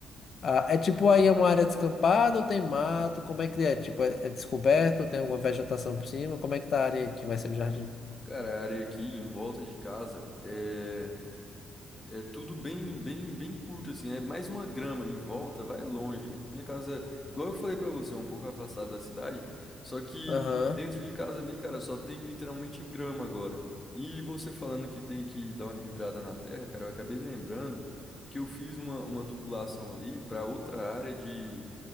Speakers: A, on the left; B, on the left.
A: ah, é tipo aí é uma área descampada ou tem mato? Como é que é? Tipo, é, é descoberto ou tem alguma vegetação por cima? Como é que tá a área que vai ser o jardim?
B: Cara, a área aqui em volta de casa eh, é tudo bem, bem, bem curto, assim. É mais uma grama em volta, vai longe. Minha casa, igual eu falei pra você, é um pouco afastada da cidade. Só que
A: Aham.
B: dentro de casa ali, cara, só tem literalmente grama agora. E você falando que tem que dar uma revirada na terra, cara, eu acabei lembrando que eu fiz uma, uma tubulação ali pra outra área de